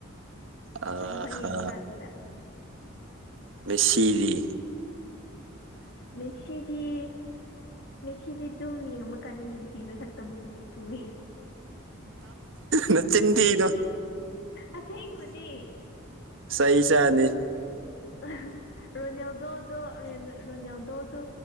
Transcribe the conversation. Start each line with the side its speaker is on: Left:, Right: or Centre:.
Right: ꯑꯥ
Left: ꯃꯁꯥ
Right: ꯍꯥ
Left: ꯌꯦꯡꯕ ꯀꯥꯟꯁꯤꯗ
Right: ꯃꯦꯁꯤꯔꯤ
Left: ꯃꯁꯤꯗꯤꯦ ꯃꯁꯤꯗꯤ ꯑꯗꯨꯝ ꯌꯦꯡꯕ ꯀꯥꯟꯗ ꯅꯨꯡꯁꯤꯕ ꯁꯛꯇꯝ ꯄꯨꯏ
Right: ꯅ ꯆꯗꯤꯅꯣ
Left: ꯑꯁꯦꯡꯕꯅꯦ
Right: ꯁꯍꯤ ꯆꯅꯤ
Left: ꯑ ꯔꯣꯅꯦꯜꯗꯣꯗꯣ ꯔꯣꯅꯦꯜꯗꯣꯁꯨ